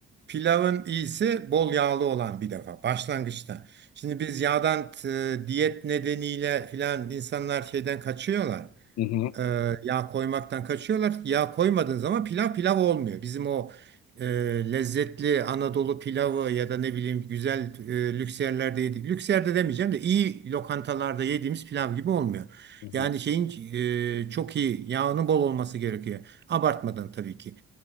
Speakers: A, on the right; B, on the left.
A: pilavın iyisi bol yağlı olan bir defa başlangıçta. Şimdi biz yağdan e, diyet nedeniyle filan insanlar şeyden kaçıyorlar
B: Hı hı.
A: e, yağ koymaktan kaçıyorlar. Yağ koymadığın zaman pilav pilav olmuyor. Bizim o e, lezzetli Anadolu pilavı ya da ne bileyim güzel e, lüks yerlerde yediğimiz, lüks yerde demeyeceğim de iyi lokantalarda yediğimiz pilav gibi olmuyor.
B: Hı hı.
A: Yani şeyin e, çok iyi yağının bol olması gerekiyor. Abartmadan tabii ki.